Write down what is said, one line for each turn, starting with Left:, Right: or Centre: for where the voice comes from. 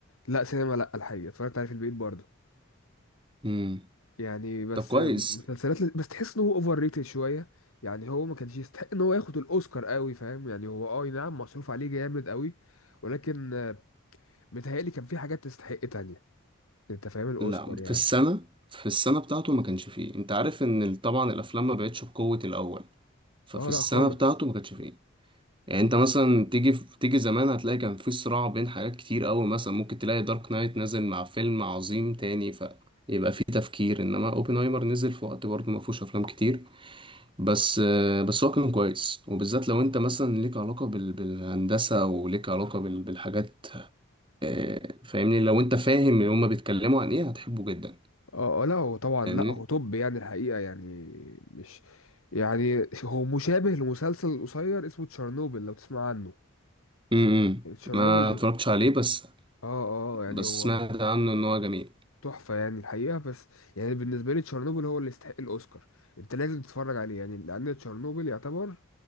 Left: لا سينما لا الحقيقة اتفرجت عليه في البيت برضه
Right: امم
Left: يعني بس
Right: طب كويس
Left: مسلسلات بس تحس ان هو اوفر ريتد شوية يعني هو ما كانش يستحق ان هو ياخد الاوسكار قوي فاهم يعني هو اه نعم مصروف عليه جامد قوي ولكن آه، متهيألي كان في حاجات تستحق تانية انت فاهم الاوسكار
Right: لا في
Left: يعني
Right: السنه في السنه بتاعته ما كانش فيه انت عارف ان ال- طبعا الافلام ما بقتش بقوه الاول ففي
Left: اه
Right: السنه
Left: لا خالص
Right: بتاعته ما كانش فيه يعني انت مثلا تيجي تيجي زمان هتلاقي كان في صراع بين حاجات كتير قوي مثلا ممكن تلاقي دارك نايت نازل مع فيلم عظيم تاني فيبقى في تفكير انما اوبنهايمر نزل في وقت برضه ما فيهوش افلام كتير بس آه، بس هو كان كويس وبالذات لو انت مثلا ليك علاقة بال- بالهندسة وليك علاقة بال- بالحاجات آه، فاهمني لو انت فاهم اللي هما بيتكلموا عن ايه هتحبه جدا
Left: اه آه، لا هو طبعا
Right: فاهمني
Left: لا هو توب يعني الحقيقة يعني مش يعني هو مشابه لمسلسل قصير اسمه تشيرنوبل لو تسمع عنه
Right: امم
Left: تشيرنوبل
Right: ما اتفرجتش عليه بس
Left: اه اه يعني
Right: بس
Left: هو
Right: سمعت عنه ان هو جميل
Left: تحفة يعني الحقيقة بس يعني بالنسبة لي تشيرنوبل هو اللي يستحق الأوسكار انت لازم تتفرج عليه يعني لأن تشيرنوبل يعتبر